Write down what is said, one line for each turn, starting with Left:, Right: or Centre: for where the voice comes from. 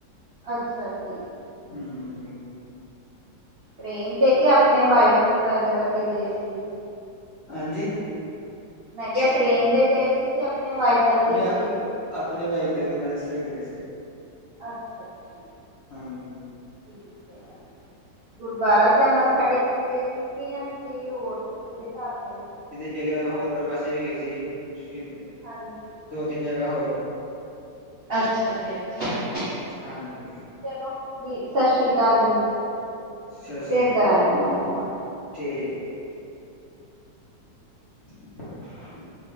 Right: ਅੱਛਾ ਜੀ।
Left: ਹੁੰ।
Right: ਟ੍ਰੇਨ ਤੇ ਕੇ ਆਪਣੇ ਵਾਈਕਲ ਵਗੈਰਾ ਤੇ ਗਏ ਸੀ?
Left: ਹਾਂਜੀ?
Right: ਮੈਂ ਕਿਹਾ ਟ੍ਰੇਨ ਤੇ ਗਏ ਸੀ ਕੇ ਆਪਣੇ ਵਾਈਕਲ ਤੇ
Left: ਨਹੀਂ
Right: ਗਏ ਸੀ?
Left: ਆਪਣੇ ਵਾਈਕਲ ਕਨਵੈਂਸ ਤੇ ਗਏ ਸੀ।
Right: ਅੱਛਾ-ਅੱਛਾ।
Left: ਹਨ।
Right: ਠੀਕ ਐ। ਗੁਰਦੁਆਰਾ ਸਾਹਿਬ ਮੱਥਾ ਟੇਕਨ ਗਏ ਸੀ? ਗਏਆਂ ਕਿਸੀ ਹੋਰ ਕਿਸੀ ਦੇ ਘਰ ਗਏ।
Left: ਜਲੀਆਵਾਲਾ ਹੋ ਤੇ ਵੈਸੇ ਵੀ ਗਏ ਸੀ ਸ਼ਹੀਦ
Right: ਹਾਂਜੀ,
Left: ਦੋ ਤਿੰਨ ਜਗ੍ਹਾ ਹੋਰ
Right: ਅੱਛਾ ਜੀ ਅੱਛਾ।
Left: ਹਾਂਜੀ
Right: ਚਲੋ ਵੀ ਸਸ ਸ੍ਰੀ ਕਾਲ ਵੀਰ ਜੀ।
Left: ਸਤਿ ਸ੍ਰੀ
Right: ਫੇਰ
Left: ਅਕਾਲ
Right: ਕਰਾਂਗੀ ਮੈਂ ਫੋਨ।
Left: <unintelligible> <inaudible>